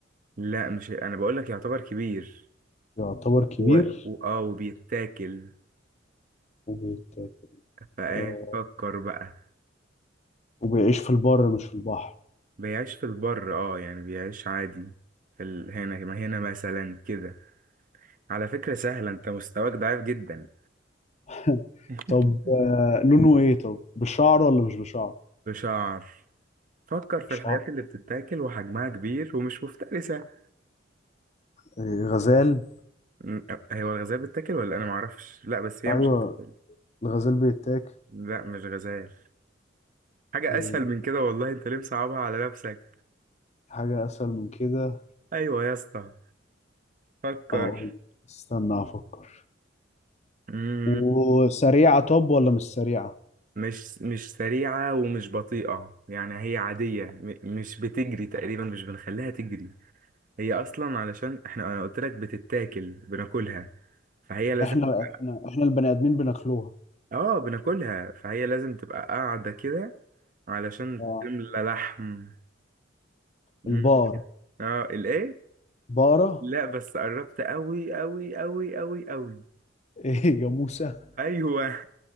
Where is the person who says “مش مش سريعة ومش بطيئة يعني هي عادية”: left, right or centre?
Right